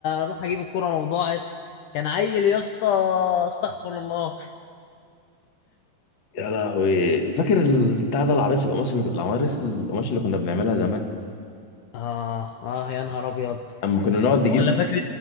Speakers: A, on the left; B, on the left.
A: بروح اجيب الكرة لو ضاعت كان عيل يا اسطى استغفر الله
B: يا لهوي فاكر ال- بتاع ده العرايس القماش اللي العرايس القماش اللي كنا بنعملها زمان
A: اه اه يا نهار ابيض
B: اما كنا نقعد نجيب
A: ولا فاكر